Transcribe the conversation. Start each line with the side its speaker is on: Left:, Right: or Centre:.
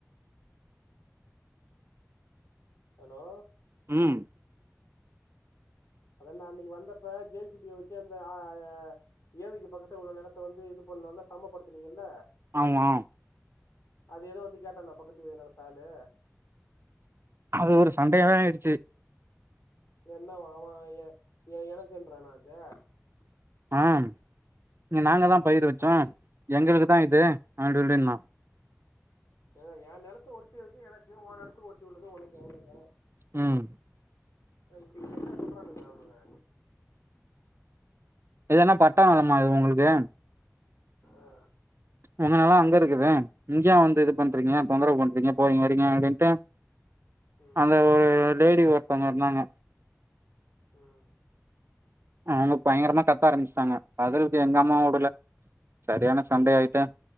Left: ஹலோ
Right: ம்
Left: அதாண்டா அன்னைக்கி வந்தப்ப ஜே சி பி வச்சு அந்த ஆ <unintelligible> ஏரிக்கு பக்கத்துல உள்ள நெலத்த வந்து இது பண்ணோன சமப்படுத்துனீங்கல்ல
Right: ஆமா
Left: அது எதுவு வந்து கேட்டான்னா பக்கத்து நெலத்து ஆளு
Right: அது ஒரு சண்டையாவே ஆயிடுச்சு
Left: என்ன மாமா ஏ ஏ எனக்குன்றானா அது
Right: ஆ இங்க நாங்க தா பயர் வச்சோ
Left: அது
Right: எங்களுக்கு தா இது அப்டி இப்டினா
Left: ஏங்க எ நெலத்த ஒட்டி இருக்கு எனக்கு ஓ நெலத்த ஒட்டி உள்ளது உனக்கு அவ்ளதா
Right: ம்
Left: இப்ப என்ன சொல்றானுங்க அவனுங்க
Right: எதன்னா பட்டா வர்னம்மா இது உங்களுக்கு
Left: ஆ
Right: உங்கனாலாதா அங்க இருக்குது இங்கேயு வந்து இது பண்றீங்க
Left: ஆ ம்
Right: தொந்தரவு பண்றீங்க போறீங்க வரீங்க அப்டின்ட்டு
Left: ம்
Right: அந்த ஒரு லேடி ஒருத்தவங்க இருந்தாங்க
Left: ம்
Right: அவங்க பயங்கரமா கத்த ஆரம்பச்சிட்டாங்க பதுலுக்கு எங்க அம்மா வுடுல செரியான சண்டே ஆயிட்டே